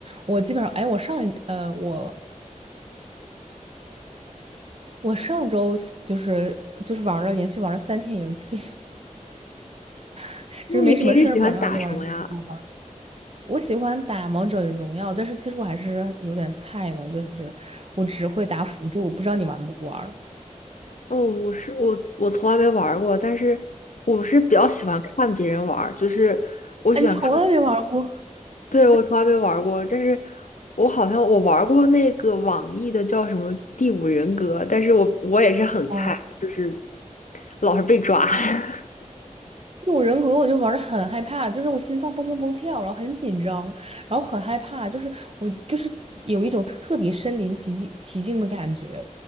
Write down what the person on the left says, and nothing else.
你平时喜欢打什么呀？
哦，我是我，我从来没玩儿过，但是我是比较喜欢看别人玩儿，就是我喜欢看，
对，我从来没玩儿过，但是我好像我玩儿过那个网易的叫什么《第五人格》，但是我我也是很菜，
就是老是被抓。<laughs>